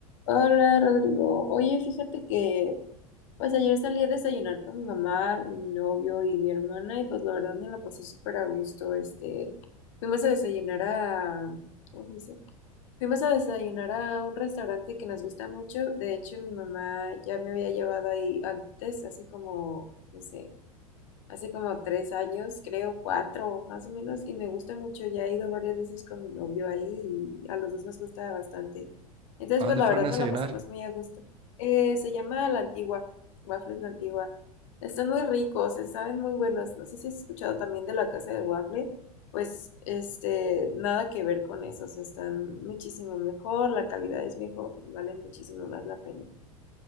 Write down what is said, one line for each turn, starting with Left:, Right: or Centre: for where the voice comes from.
Left: Hola Rodrigo, oye, fíjate que pues ayer salí a desayunar con mi mamá, y mi novio y mi hermana y pues la verdad me la pasé súper a gusto, este, fuimos a desayunar a, ¿cómo se dice? Fuimos a desayunar a un restaurante que nos gusta mucho, de hecho mi mamá ya me había llevado ahí antes, así como, no sé, hace como tres años, creo cuatro más o menos, y me gusta mucho. Ya he ido varias veces con mi novio ahí y a los dos nos gusta bastante. Entonces,
Right: ¿A
Left: pues
Right: dónde
Left: la
Right: fueron
Left: verdad nos
Right: a desayunar?
Left: la pasamos muy a gusto. Eh, se llama La Antigua, Waffles La Antigua. Están muy ricos, se saben muy buenos. No sé si has escuchado también de la casa del waffle. Pues, este, nada que ver con esos. Están muchísimo mejor, la calidad es mejor y valen muchísimo más la pena.